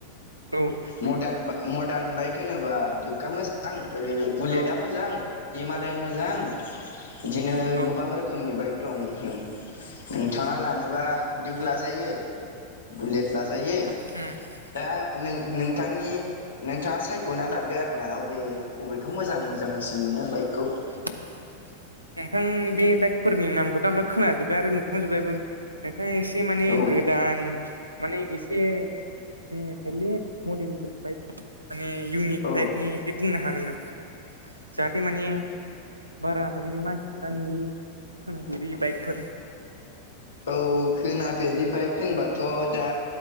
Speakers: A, on the right; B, on the left.
A: औ।
B: मडान बाइक मडार्न बाइक होनोबा दिउकआ मोजां ओरै बुलेटआ
A: औ
B: मोजां हिमालयान मोजां। बिदिनो
A: औ
B: गोबां रोखोम रोखोमनि बाइक दं नोंथाङा लानोबा दिउक लाजायो। बुलेट लाजायो।
A: <inaudible>
B: दा नों नोंथांनि नोंथाङा सायख'ना लादो आरो ना अबे बबेखौ मोजां मोजांसिन मोनो बाइकखौ।
A: <inaudible> नोंथां बे बाइकफोरनि नामखौथ' आंथ' खोनाजोब्बाय आरो नुखांजोब्बायबो। नोंथाङा एसे माने
B: औ
A: गोदान माने एसे माने बेलेग मडेलनि बाइक माने इउनिक
B: औ
A: थाइपनि। बे बुंनो हागोन नामा जाहाथे माने बारा माने मानसिफोरा नुयि खोनाफेरि बाइकफोर।
B: औ खोनाफेरि बाइक होनबाथ' दा